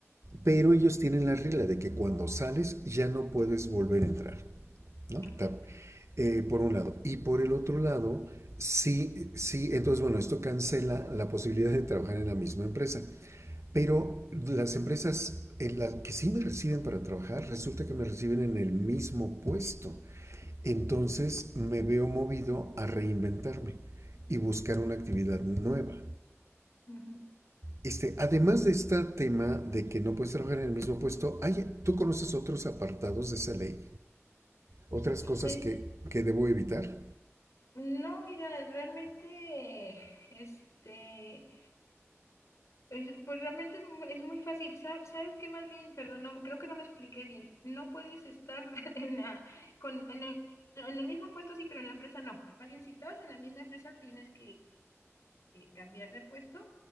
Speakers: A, on the right; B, on the left.
A: pero ellos tienen la regla de que cuando sales ya no puedes volver a entrar, ¿no?
B: Ah, ok.
A: Eh, por un lado. Y por el otro lado, sí, sí, entonces bueno, esto cancela la posibilidad de trabajar en la misma empresa, pero las empresas en las que sí me reciben para trabajar, resulta que me reciben en el mismo puesto. Entonces me veo movido a reinventarme y buscar una actividad nueva.
B: Ujú.
A: Este, además de este tema de que no puedes trabajar en el mismo puesto, ¿hay, ¿tú conoces otros apartados de esa ley? ¿Otras cosas
B: Es,
A: que, que debo evitar?
B: No, mira, realmente, este, es- pues realmente es mu- es muy fácil. Sa- ¿Sabes qué? Más bien, perdón, no, creo que no me expliqué bien. No puedes estar <laughs> en la, con, en el, en el mismo puesto, sí, pero en la empresa no. Más bien, si estabas en la misma empresa, tienes que eh, cambiar de puesto,